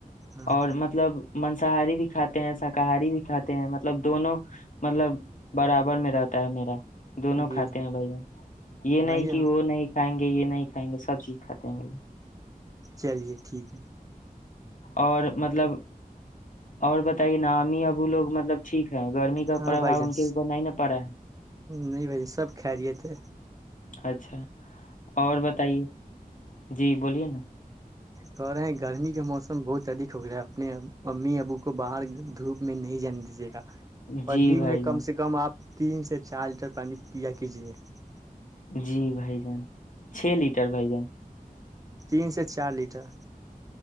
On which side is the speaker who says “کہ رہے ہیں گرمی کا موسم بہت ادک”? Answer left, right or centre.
Right